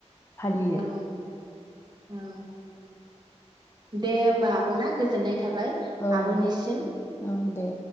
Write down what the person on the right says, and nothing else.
औ। औ दे होमबा आब ब'ना गोजोननाय थाबाय
आबनिसिम।